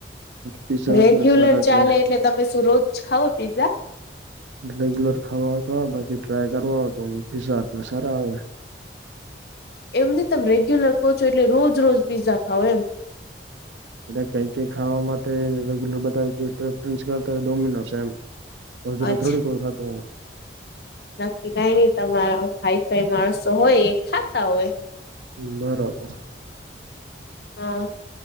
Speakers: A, on the right; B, on the left.
A: પીઝા
B: રેગ્યુલર
A: હટ ના સારા
B: ચાલે
A: છે
B: એટલે તમે શું રોજ ખાવ પીઝઝા
A: રેગ્યુલર ખાવા તો બાકી ટ્રાય કરવા તો પીઝાહટ મા સારા આવે.
B: એમ નહી તમે રેગ્યુલર કહો છો એટલે રોજ રોજ પીઝા ખાવો એમ
A: એટલે કઈ ક ખાવા માટે રેગ્યુલર બધા જે રેફરન્સ કરતા હોય ડોમિનો એમ. રોજ રોજ
B: અચ્છા
A: થોડી કોઈ ખાતો હ.
B: નક્કી કાઈ નઈ તમારા હાઈફાઈ માણસો હોય એ ખાતા હોય.
A: બરાબર.
B: હા.